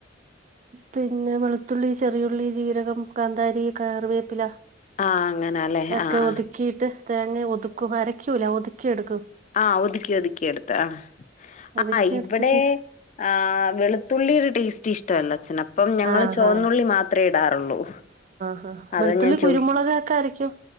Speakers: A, on the right; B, on the left.
A: പിന്നെ വെളുത്തുള്ളി, ചെറിയുള്ളി, ജീരകം, കാന്താരി, കറിവേപ്പില.
B: ആ അങ്ങനാ അല്ലെ
A: ഒക്കെ
B: ആ ആ
A: ഒതുക്കിയിട്ട് തേങ്ങ ഒതുക്കും അരക്കൂല ഒതുക്കി എടുക്കും.
B: ആ ഒതുക്കി ഒതുക്കി എടുത്ത് ആഹ്
A: ഒതുക്കി
B: ആഹ് ഇവടെ
A: എടുത്തിട്ട്
B: ആഹ് വെളുത്തുള്ളിടെ ടേസ്റ്റ് ഇഷ്ടല്ല. ചെനപ്പം ഞങ്ങൾ
A: ആഹ്
B: ചുവന്നുള്ളി മാത്ര ഇടാറുള്ളൂ.
A: ആ
B: അതാ
A: വെളുത്തുള്ളി,
B: ഞാൻ
A: കുരുമുളകൊക്കെ
B: ചോദി
A: അരയ്ക്കും.